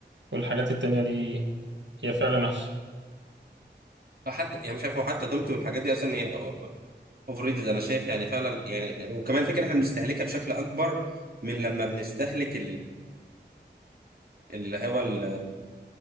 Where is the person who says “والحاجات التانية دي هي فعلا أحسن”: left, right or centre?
Right